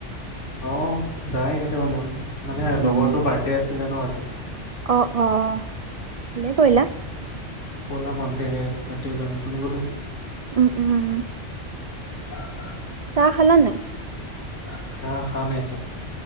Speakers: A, on the left; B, on the right.
A: অ যায় কেতিয়াবা মন, মানে
B: উম,
A: লগৰটো বাৰ্থডে আছিলে ন আজি।
B: অ' অ', ভালে কৰিলা।
A: কলা মন্দিৰে, তাতে যাওঁ বুলি কলে।
B: উম, উম।
A: <unintelligible>
B: চাহ খালা নাই?
A: আচ্ছা, খাৱা নাই এতিয়া।